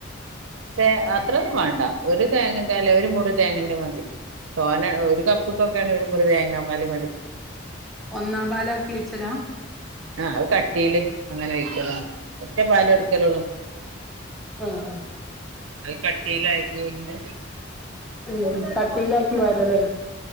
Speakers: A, on the right; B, in the centre.
A: തേ അത്രൊന്നും വേണ്ട ഒരു തേങ്ങന്റെ അല്ല ഒരു മുറി തേങ്ങന്റെ മതി സോന ഒരു കപ്പ്ക്കൊക്കെയാണ് ഒരു മുറി തേങ്ങാപാല് മതി
B: ഒന്നാം പാലാക്കി ഒഴിച്ചലാ
A: ആഹ് അത് കട്ടീല് അങ്ങനെ വയ്ക്കലോ ഒറ്റ പാലെ എടുക്കലോള്ളു
B: ആഹ്
A: അത് കട്ടീലാക്കിട്ട്
B: ഉമ് കട്ടയിലാക്കിയാ പാലല്ലേ